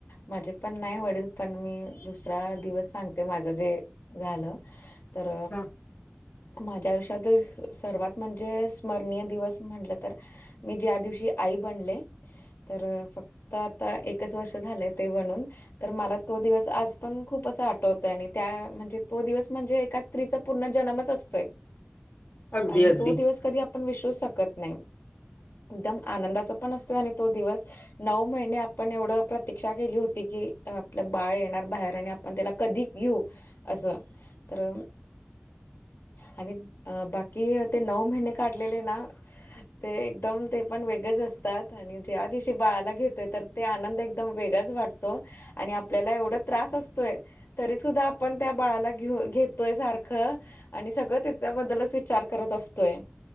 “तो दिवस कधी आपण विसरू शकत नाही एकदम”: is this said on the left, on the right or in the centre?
Left